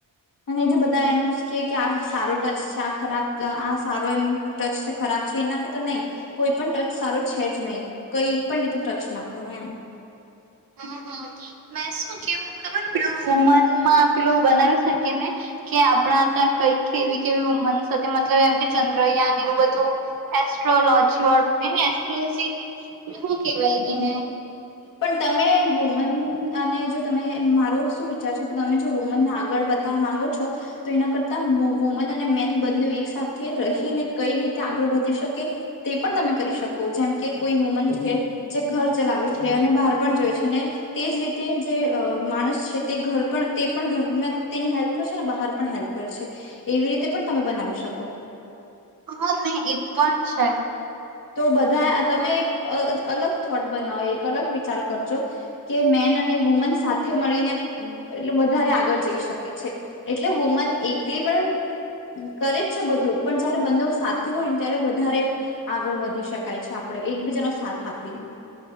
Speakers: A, on the left; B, on the right.
A: અને જે બધા એમ કે કે આ સારો ટચ છે આ ખરાબ આ સારો એમ ટચ છે ખરાબ. છે એના કરતા નહી કોઈ પણ ટચ સારો છે જ નહી કઈ પણ રીતે ટચ નાખો એમ. <inaudible>
B: હમ હમ મે શું કેવું ખબર પેલું વુમનમાં પેલું બનાવી શકી ને. કે આપણા હતા કઈક કેવી કેવી વુમન સાથે મતલબ એમ કે. ચંદ્રયાન એવું બધું એસ્ટ્રોલોજી વાડુ ની ની એસ્ટ્રોલોજી. શું કેવાય એને.
A: પણ તમે વુમન અને જો તમે મારો શું વિચાર છે કે તમે જો વુમનને આગળ બતાવ. માંગો છો તો એના કરતા વુમન અને મેન બંને એક સાથે રહીને કઈ રીતે આગળ વધ ધી શકે તે પણ તમે કરી શકો જેમ કે. કોઈ વુમન છે જે ઘર ચલાવે છે અને બહાર પણ જોય છે ને તેજ રીતે જે માણસ છે તે ઘર પણ તે પણ ઘરમાં તેની હેલ્પ કરશે ને બહાર પણ હેલ્પ કરશે એવી રીતે પણ તમે બનાવી શકો
B: હા નહી એ પણ છે
A: તો બધા તમે એક અ અલગ થોટ બનાવો એક અલગ વિચાર કરજો કે મે ન અને વુમન સાથે મળીને એટલે વધારે આગળ જઈ શકે છે એટલે વુમન એક એ પણ કરે જ છે બધું પણ જયારે બંનેવ સાથે હોય ને ત્યારે વધારે આગળ વધી શકાય છે આપણે એકબીજાનો સાથ આપીને